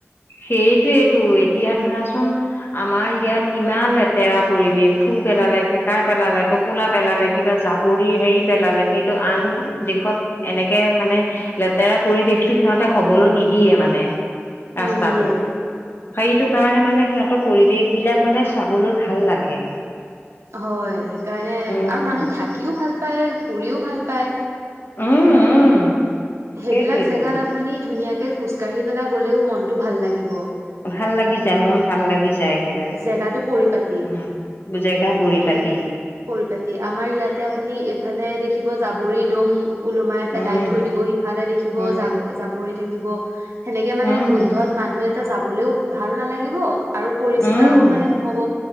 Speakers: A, on the left (about 55°); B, on the right (about 85°).
A: সেইটোৱেইটো এতিয়া ধৰাচোন আমাৰ ইয়াত ইমান লেতেৰা পৰিৱেশ থু পেলালে খেকাৰ পেলালে টোপোলা পেলালে কিবা জাবৰিৰ হেৰি পেলালে কিন্তু আন দেশত এনেকে মানে লেতেৰা পৰিৱেশটো সিহঁতে হবলৈ নিদিয়ে মানে ৰাস্তাটোত।
B: নিদিয়ে
A: সেইটো কাৰণে মানে সিহঁতৰ পৰিৱেশ বিলাক মানে চাবলৈ ভাল লাগে
B: হয় সেইকাৰণে
A: উম।
B: আৰু মানুহ থাকিও ভাল পায় ফুৰিও ভাল পায়।
A: উম উম
B: সেইবিলাক
A: সেইটোৱেইটো
B: জেগাত আপুনি ধুনীয়াকে খোজ কাঢ়ি পেলাই গলেও মনটো ভাল লাগিব।
A: ভাল লাগি যায় মন ভাল লাগি যায়। একেবাৰে
B: জেগাটো পৰিপাতি
A: উম জেগা পৰি
B: কি
A: পাতি।
B: পৰিপাতি আমাৰ ইয়াতে আপুনি এইফালে দেখিব জাবৰি দম ওলোমাই পেলাই
A: উম
B: থৈ দিব ফালে দেখিব
A: উম
B: যা যাব পৰি থাকিব সেনেকে মানে
A: উম
B: গোন্ধত মানুহ এটা যাবলৈও ভাল নালাগিব। আৰু পৰিষ্কাৰো
A: উম
B: মানে নহ'ব